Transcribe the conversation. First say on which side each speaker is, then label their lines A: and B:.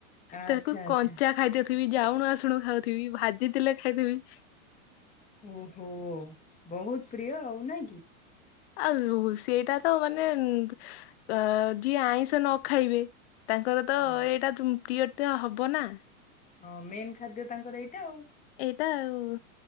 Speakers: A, on the left (about 50°); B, on the left (about 20°).
A: ତାକୁ
B: ଆଚ୍ଛା ଆଚ୍ଛା।
A: କଞ୍ଚା ଖାଇଦି ସିଏବି ଯାଉଣୁ ଆସୁଣୁ ଶୁଣୁ ଖାଉଥିବି ଭାଜିଥିଲେ ଖାଇଦେବି।
B: ଓହୋ ବହୁତ ପ୍ରିୟ ଆଉ। <unintelligible> କି
A: ଆଉ ସେଇଟା ତ ମାନେ ଯିଏ ଆଇଁଷ ନ ଖାଇବେ ତାଙ୍କର ତ
B: ହଁ।
A: ଏଇଟା ପ୍ରିୟ ତ ହବ ନା।
B: ହଁ ମେନ୍ ଖାଦ୍ୟ ତାଙ୍କର ଏଇଟା ଆଉ।
A: ଏଇଟା ଆଉ